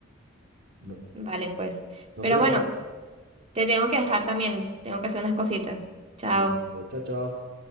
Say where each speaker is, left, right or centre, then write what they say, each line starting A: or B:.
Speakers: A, on the right; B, on the right.
A: No-
B: Vale, pues.
A: nos
B: Pero
A: vemos.
B: bueno, te tengo que dejar también. Tengo que hacer unas cositas. Chao.
A: Listo. Chao, chao.